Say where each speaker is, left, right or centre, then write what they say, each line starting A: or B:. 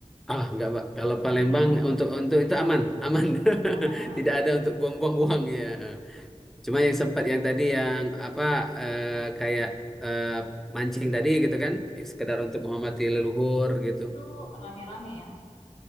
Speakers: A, in the centre; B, on the left.
A: ah, nggak, Mbak. Kalau
B: pernikahan
A: Palembang untuk untuk itu aman, aman. <laughs>
B: aman-aman.
A: Tidak ada untuk buang-buang uang ya. Cuma yang sempat yang tadi yang apa eh, kayak eh, mancing tadi gitu kan, sekedar untuk menghormati leluhur gitu.
B: Itu rame-rame ya.